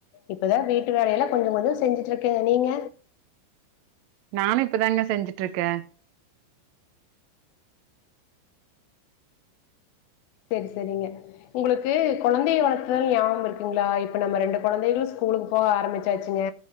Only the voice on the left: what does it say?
இப்பதா வீட்டு வேலையெல்லா கொஞ்சு கொஞ்சு செஞ்சுட்ருக்கங்க நீங்க
செரி செரிங்க உங்களுக்கு கொழந்தைய வளத்தல் ஞாபம் இருக்குங்ளா இப்ப நம்ம ரெண்டு கொழந்தைகளு ஸ்கூலுக்கு போக ஆரம்பிச்சாச்சுங்க